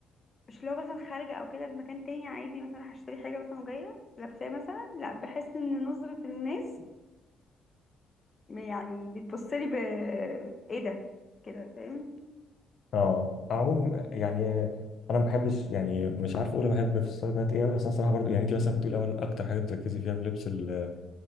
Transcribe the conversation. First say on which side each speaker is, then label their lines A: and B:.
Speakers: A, on the left (about 30°); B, on the left (about 60°).
A: مش لو مثلا خارجه او كده في مكان تاني عادي مثلا هشتري حاجه مثلا وجايه لابساه مثلا لا بحس ان نظره الناس يعني بتبص لي ب ايه ده كده فاهم
B: اه عموم يعني انا ما بحبش يعني مش عارف اقول أنا بحب في الستايل بنات ايه قوي اصل انا صراحه برضو يعني انت مثلا بتقولي اول اكتر حاجه بتركزي فيها في لبس ال-